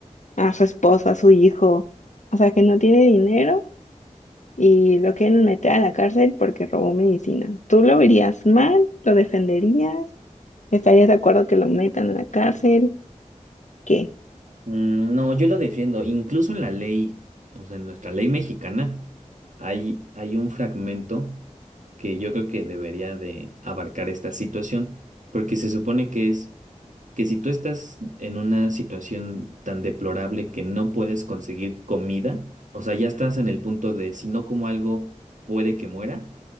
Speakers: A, on the left; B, on the right.
A: a su esposo, a su hijo. O sea, que no tiene dinero y lo quieren meter a la cárcel porque robó medicina. ¿Tú lo verías mal? ¿Lo defenderías? ¿Estarías de acuerdo que lo metan a la cárcel? ¿Qué?
B: Mm, No, yo lo defiendo. Incluso en la ley, o sea, en nuestra ley mexicana, hay, hay un fragmento que yo creo que debería de abarcar esta situación, porque se supone que es que si tú estás en una situación tan deplorable que no puedes conseguir comida, o sea, ya estás en el punto de si no como algo puede que muera,